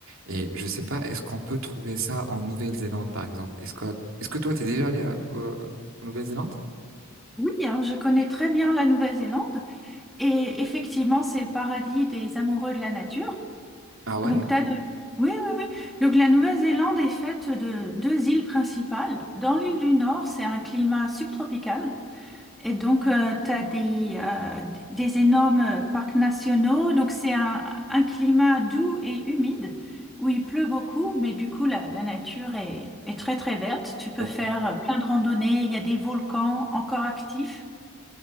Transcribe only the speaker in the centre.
Oui, hein, je connais très bien la Nouvelle-Zélande et effectivement, c'est le paradis des amoureux de la nature.
Donc, t'as de... Oui, oui, oui. Donc, la Nouvelle-Zélande est faite de deux îles principales. Dans l'île du Nord, c'est un climat subtropical. Et donc, tu as des, euh, des énormes parcs nationaux. Donc, c'est un, un climat doux et humide où il pleut beaucoup, mais du coup, la, la nature est, est très, très verte. Tu peux
faire euh, plein de randonnées. Il y a des volcans encore actifs.